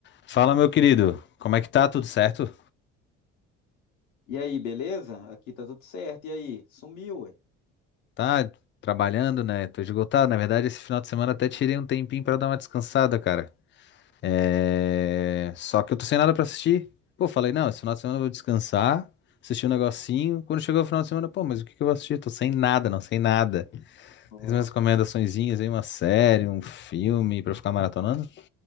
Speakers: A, on the left; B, on the left.
A: Fala, meu querido. Como é que tá? Tudo certo?
B: E aí, beleza? Aqui tá tudo certo. E aí? Sumiu, ué.
A: Tá trabalhando, né? Tô esgotado. Na verdade, esse final de semana até tirei um tempinho pra dar uma descansada, cara. É... Só que eu tô sem nada pra assistir. Pô, falei, não, esse final de semana eu vou descansar, assistir um negocinho. Quando chegou o final de semana, pô, mas o que que eu vou assistir? Tô sem nada, não, sem nada.
B: Ó,
A: Tem umas recomendaçõezinhas aí, uma série, um filme pra ficar maratonando?